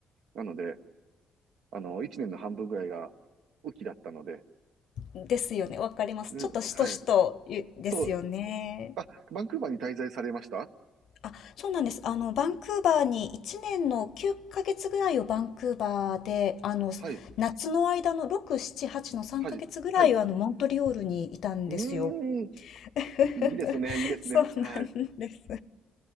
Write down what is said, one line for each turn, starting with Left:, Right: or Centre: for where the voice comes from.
Right: なので、あの、一年の半分ぐらいが雨季だったので、
Left: ですよね。わかります。
Right: うん、
Left: ちょっとしとしとゆですよね。
Right: はい。そう、あ、バンクーバーに滞在されました
Left: あ、そうなんです。あの、バンクーバーに1年の9ヶ月ぐらいをバンクーバーで、あの、
Right: はい、
Left: 夏の間の6、7、8の3ヶ月ぐらいはあの、
Right: はい、はい。う
Left: モントリオールにいたんですよ。
Right: ーん、
Left: <laughs>
Right: いいですね、いいですね。
Left: そうなんです。
Right: はい、